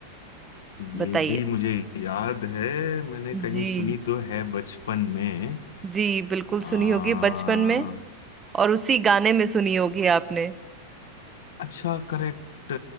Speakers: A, on the left (about 80°); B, on the right (about 20°).
A: ये
B: बताइए
A: भी मुझे याद है मैंने
B: जी
A: कहीं सुनी तो है बचपन में
B: जी बिल्कुल
A: आ,
B: सुनी होगी बचपन में और उसी गाने में सुनी होगी आपने
A: अच्छा करेक्ट